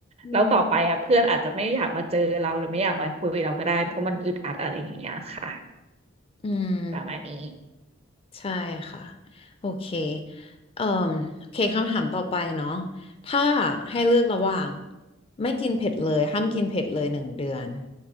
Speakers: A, on the left (about 30°); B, on the right (about 30°).
A: อืม
B: แล้วต่อไปอ่ะเพื่อนอาจจะไม่อยากมาเจอเราหรือไม่อยากมาคุยเราก็ได้เพราะมันอึดอัดอะไรอย่างเงี้ยค่ะ
A: อืม
B: ประมาณนี้
A: ใช่ค่ะโอเคเอ่มโอเคคำถามต่อไปเนาะถ้าให้เลือกระหว่างไม่กินเผ็ดเลยห้ามกินเผ็ดเลยหนึ่งเดือน